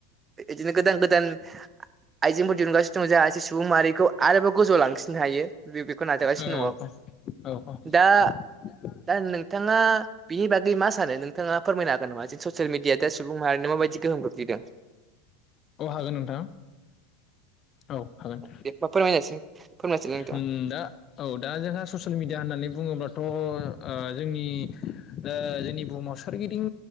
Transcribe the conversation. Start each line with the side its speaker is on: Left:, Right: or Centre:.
Right: इदिनो गोदान -गोदान। आइजेंफोर दिहुनगासिनो दं ।जाहासे सुबुं माहारिखौ आरोबाव गोजौ लांसिंनो हायो। बे बेखौ नाजागासिनो
Left: औ, औ, औ।
Right: दङ दा
Left: <unintelligible>
Right: दा नोंथाङा बिनि बागै मा सानो, नोंथाङा फोरमायनो हागोन नामा? जों ससियेल मिडिया दा सुबुं माहारिनो माबायदि गोहोम गोग्लैदों।
Left: अ हागोन नोंथां। औ हागोन।
Right: बे फोरमायनायसै फोरमायसै
Left: ओम
Right: नोंथां
Left: दा औ दा जोंहा ससियेल मिडिया होननानै बुङोमोन अ ओ जोंनि ओ जोंनि बुहुमाव सोरगिदिं